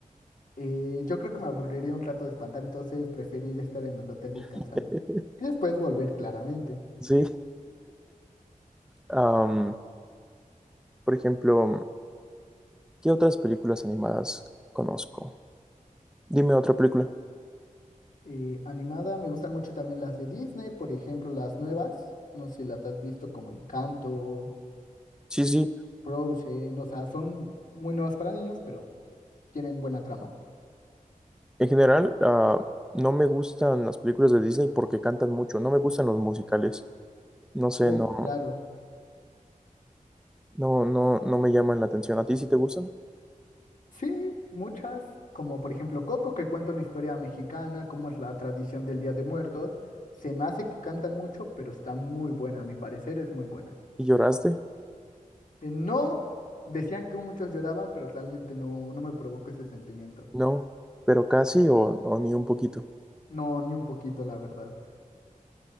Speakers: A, on the left; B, in the centre.
A: Eh, yo creo que me aburriría un rato de espantar, entonces preferir estar en el hotel descansando.
B: <laughs>
A: Y después volver, claramente.
B: Sí. Am, por ejemplo, ¿qué otras películas animadas conozco? Dime otra película.
A: Eh, animada, me gustan mucho también las de Disney, por ejemplo, las nuevas. No sé si las has visto como Encanto,
B: Sí, sí.
A: Frozen, o sea, son muy nuevas para niños, pero tienen buena trama.
B: En general, ah, no me gustan las películas de Disney porque cantan mucho. No me gustan los musicales. No sé,
A: Oh,
B: no,
A: claro.
B: no, no, no me llaman la atención. ¿A ti sí te gustan?
A: Sí, muchas, como por ejemplo Coco, que cuenta una historia mexicana, cómo es la tradición del Día de Muertos. Se me hace que cantan mucho, pero está muy buena, a mi parecer es muy buena.
B: ¿Y lloraste?
A: Eh, no, decían que muchos lloraban, pero realmente no, no me provocó ese sentimiento.
B: No, pero casi o, o ni un poquito.
A: No, ni un poquito, la verdad.